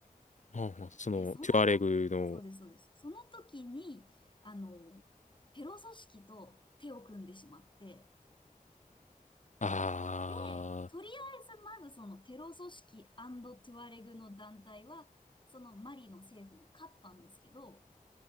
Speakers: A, on the left (about 55°); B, on the left (about 35°).
A: あはあその、
B: で、そのと、
A: トゥアレグの、
B: そうです、そうです。その時に、あの、テロ組織と手を組んでしまって、
A: ああ、
B: で、とりあえずまずそのテロ組織トゥアレグの団体は、そのマリの政府に勝ったんですけど、